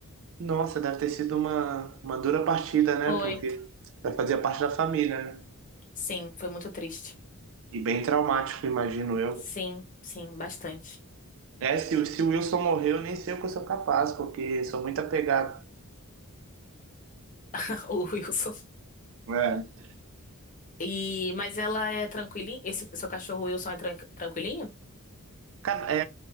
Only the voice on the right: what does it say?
Nossa, deve ter sido uma, uma dura partida, né?
Porque vai fazer parte da família, né?
E bem traumático, imagino eu.
É, se, o- se o Wilson morreu, nem sei o que eu sou capaz, porque sou muito apegado.
É.
Ca- É,